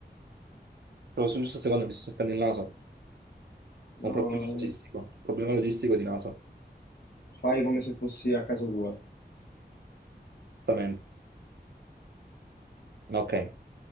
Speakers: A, on the right; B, on the left.
A: Proprio sul giusto secondo mi sto soffiando il naso.
B: No,
A: Ho Un problema logistico, problema logistico di naso.
B: fai come se fossi a casa tua.
A: Stamente. Ok.